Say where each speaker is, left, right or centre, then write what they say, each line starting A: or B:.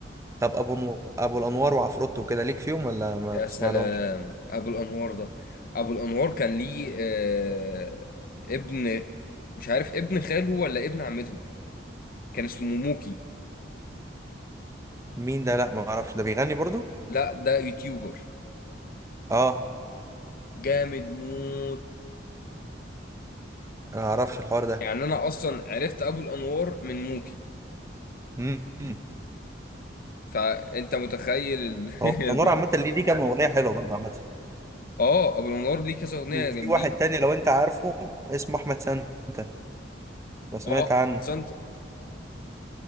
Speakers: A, on the right; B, on the left.
A: طب ابو نو... ابو الانوار وعفروتو وكده ليك فيهم ولا ما
B: يا
A: بتسمع
B: سلام
A: لهمش
B: ابو الانوار ده ابو الانوار كان ليه آه ابن مش عارف ابن خاله ولا ابن عمته كان اسمه موكي
A: مين ده لا ما اعرفش ده بيغني برضو
B: لا ده يوتيوبر
A: اه
B: جامد موت
A: انا ما اعرفش الحوار ده
B: يعني انا اصلا عرفت ابو الانوار من موكي
A: امم
B: فانت متخيل ال-
A: هو
B: <laughs> الوضع
A: الانوار عامه ليه ليه كام اغنيه حلوه برضه عامه
B: اه ابو الانوار ليه كذا اغنيه
A: وفي
B: جامدين
A: واحد تاني لو انت عارفه اسمه احمد سانتا لو سمعت
B: اه
A: عنه
B: سانتا